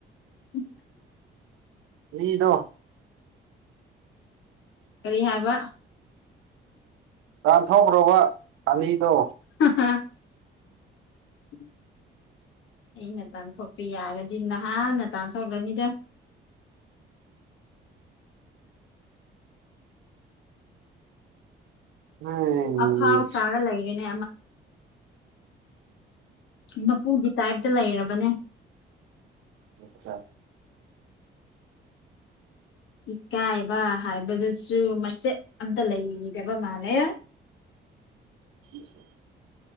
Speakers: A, on the left (about 80°); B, on the right (about 85°).
A: ꯎ
B: ꯃꯤꯗꯣ
A: ꯀꯔꯤ ꯍꯥꯏꯕ
B: ꯇꯥꯟꯊꯣꯛꯈ꯭ꯔꯣꯕ ꯑꯅꯤꯗꯣ
A: <unintelligible> ꯎꯝ ꯑꯩ ꯉꯇꯥꯟ ꯁꯣꯛꯄ ꯌꯥꯔꯗꯤ ꯅꯍꯥꯟ ꯉꯇꯥꯟ ꯁꯣꯛꯂꯅꯤꯗ <unintelligible>
B: ꯎꯝ
A: ꯑꯐꯥꯎ ꯁꯥꯔ ꯂꯩꯔꯦꯅꯦ ꯃꯄꯨꯒꯤ ꯇꯥꯏꯞꯇ ꯂꯩꯔꯕ ꯃꯅꯦ
B: ꯑꯆꯥ
A: ꯏꯀꯥꯏꯕ ꯍꯥꯏꯕꯗꯨꯁꯨ ꯃꯆꯦꯠ ꯑꯝꯇ ꯂꯩꯗꯕ ꯃꯥꯜꯂꯦ <unintelligible>
B: ꯁꯤꯁ